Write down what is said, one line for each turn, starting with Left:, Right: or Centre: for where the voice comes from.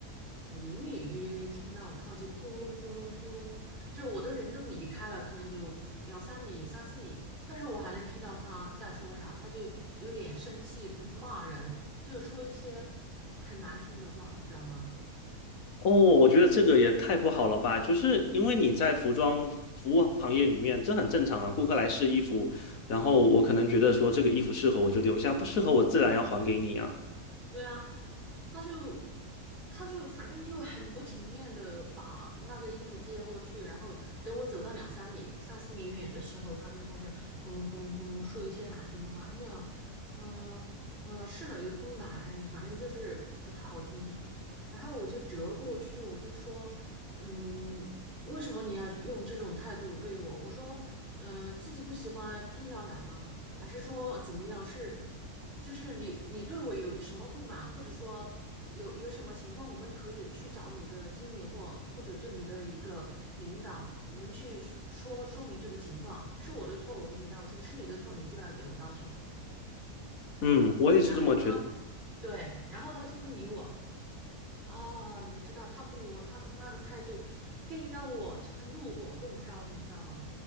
Right: 我隐隐约约听到他就咕隆咕隆咕隆，就是我的人都离开了，可能有两三米、三四米，但是我还能听到他在说啥，他就有点生气骂人，就是说一些很难听的话，你知道吗？
Left: 哦，我觉得这个也太不好了吧！就是因为你在服装服务行业里面，这很正常啊。顾客来试衣服，然后我可能觉得说这个衣服适合我就留下，不适合我自然要还给你啊。
Right: 对啊，他就他就反正就很不情愿的把那个衣服接过去，然后等我走到两三米、三四米远的时候，他就开始咕隆咕隆咕隆说一些难听的话。哎呀，嗯、嗯，呃试了又不买，反正就是不太好听。然后我就折过去，我就说，嗯，为什么你要用这种态度对我？我说，嗯、自己不喜欢硬要买吗？还是说怎么样？是？就是你你对我有什么不满，或者说有有什么情况，我们可以去找你的经理或或者这里的一个领导，我们去说说明这个情况，是我的错，我给你道歉，是你的错，你就要给我道歉。
Left: 嗯，我也是这么觉得，
Right: 然后他，对，然后他就不理我啊，你不知道，他不理我，他那个态度更让我就是怒火中烧，你知道吗？